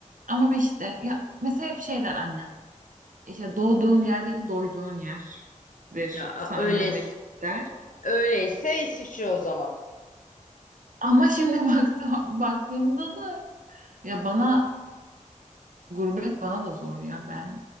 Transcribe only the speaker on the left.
Ya a-
öyle
öyleyse İsviçre o zaman.